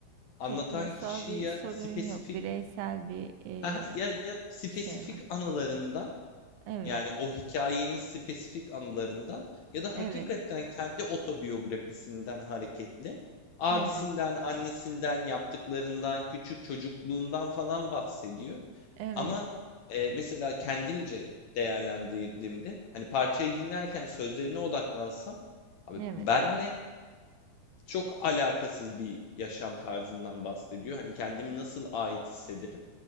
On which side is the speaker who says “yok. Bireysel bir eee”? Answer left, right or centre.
Right